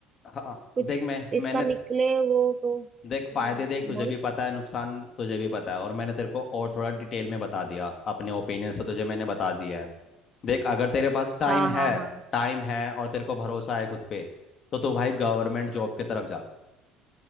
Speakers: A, on the left (about 35°); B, on the right (about 20°).
A: हाँ
B: कुछ
A: देख मैं
B: इसका
A: मैंने
B: निकले वो तो हम्म
A: देख फायदे देख तुझे
B: बोल
A: भी पता है नुकसान तुझे भी पता है और मैंने तेरे को और थोड़ा डिटेल में बता दिया अपने ओपिनियन से तुझे मैंने बता दिया है देख अगर तेरे पास टाइम
B: हाँ हाँ
A: है
B: हाँ
A: टाइम है और तेरे को भरोसा है खुद पे तो तू भाई गवर्नमेंट
B: हाँ
A: जॉब की तरफ जा